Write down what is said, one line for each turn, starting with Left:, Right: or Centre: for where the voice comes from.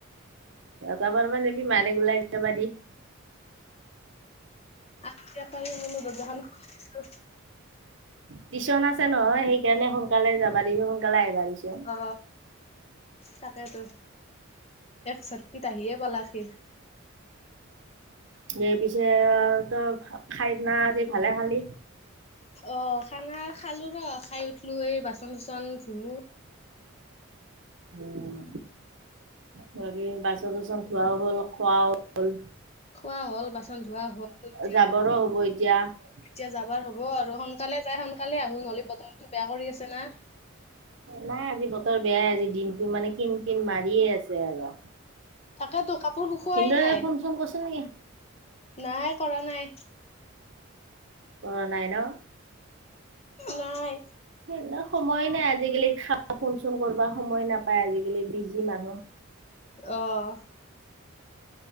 Right: তমাৰ মান যিবি মানে ওলাই যাব দি
Left: আৰু বপাৰ <unintelligible> মনো ব জান খছো
Right: টিশন আছে নহয় সেই সোনকালে যাবাদি সোনকালে আহিবা দিছে।
Left: অ তাকেতো, এক চটকিত আহিয়ে পালাক সি।
Right: স পিছে তো খাইদি না আজি ভালে খালি।
Left: অ', খানা খালো ৰ', খাই উঠলো এই বাচন চাচন ধুলো।
Right: উম। বাকী বাছন চাচন ধোৱা হ'ল, খোৱা হ'ল?
Left: খোৱা হ'ল বাচন ধোৱা হ'ল এতিয়া
Right: যাবৰো হ'ব এতিয়া
Left: এতিয়া যাবাৰ হ'ব আৰু স সোনকালে যাই সোনকালে আহো, নহ'লে বতৰটো বেয়া কৰি আছে না।
Right: নাই আজি বতৰ বেয়াই আজি দিনতটো মানে কিন কিন মাৰিয়ে আছে আৰু।
Left: তাকেতো কাপোৰ শুকোৱাই
Right: ভিনদেউৱে
Left: নাই।
Right: ফোন চোন কৰিছিল নেকি?
Left: নাই কৰা নাই।
Right: কৰা নাই ন',
Left: নাই।
Right: সেই সময় নাই আজি আজিকালি খাব ফোন চন কৰিব সময় নাপায়, আজিকালি বিজি মানুহ
Left: আহ।